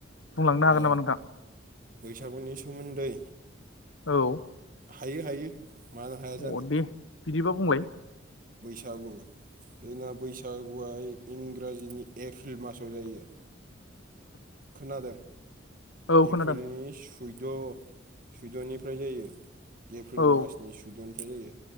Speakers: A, on the left (about 75°); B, on the right (about 45°).
A: बुंलांनो हागोन
B: ओ
A: नामा नोंथां
B: बैसागुनिस सोमोन्दै
A: औ
B: हायो हायो। मानो हाया जानो
A: अ दे बिदिबा बुंलाय?
B: सागु जोंना बैसागुआ इ इंराजिनि एक फ्रि मासाव जायो। खोनादों
A: औ
B: एप्रिलनिस
A: खोनादों
B: जिद' जिद'निफ्राय जायो। एप्रिल
A: औ
B: मासनि सुइद'न बे जायो